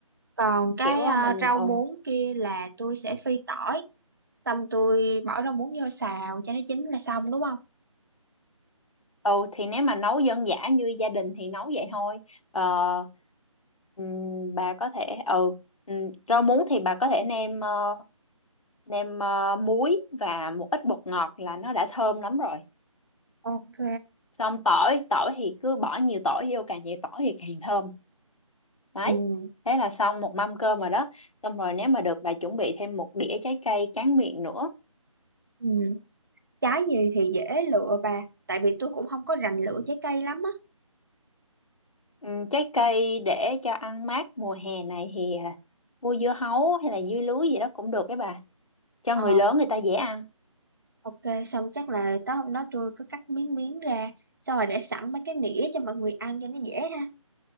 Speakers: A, on the right; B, on the left.
A: còn cái
B: kiểu ờ,
A: ờ,
B: mình
A: rau
B: ừ,
A: muống kia là tôi sẽ phi tỏi xong tôi bỏ rau muống vô xào cho nó chín là xong đúng không
B: ừ thì nếu mà nấu dân dã như gia đình thì nấu vậy thôi Ờ, ừm, bà có thể ừ ừm, rau muống thì bà có thể nêm ờ, nêm ờ, muối và một ít bột ngọt là nó đã thơm lắm rồi
A: ok
B: xong tỏi tỏi thì cứ bỏ nhiều tỏi vô càng nhiều tỏi thì càng thơm đấy
A: ừ,
B: thế là xong một mâm cơm rồi đó xong rồi nếu mà được bà chuẩn bị thêm một đĩa trái cây tráng miệng nữa
A: ừ. trái gì thì dễ lựa bà tại vì tôi cũng không có rành lựa trái cây lắm á
B: Ừ, trái cây để cho ăn mát mùa hè này thì à, mua dưa hấu hay là dưa lưới gì đó cũng được đấy bà cho
A: ờ,
B: người lớn người ta dễ ăn
A: ok xong chắc là tối hôm đó tôi cứ cắt miếng miếng ra xong rồi để sẵn mấy cái nĩa cho mọi người ăn cho nó dễ ha